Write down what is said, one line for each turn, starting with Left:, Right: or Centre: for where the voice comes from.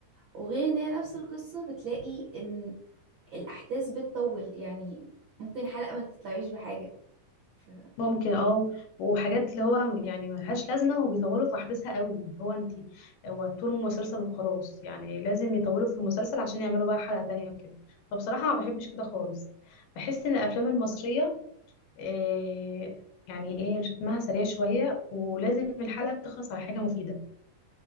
Right: وغير ان هي نفس القصة بتلاقي ان الاحداث بتطول يعني ممكن حلقة ما تطلعيش بحاجة ف...
Left: ممكن اه وحاجات اللي هو يعني ملهاش لازمة وبيطولوا في أحداثها قوي اللي هو انت هو طول المسلسل وخلاص يعني لازم يطولوا في المسلسل عشان يعملوا بقى حلقة تانية وكده فبصراحة ما بحبش كده خالص بحس إن الأفلام المصرية إيه يعني ايه رتمها سريع شوية ولازم الحلقة بتخلص على حاجة مفيدة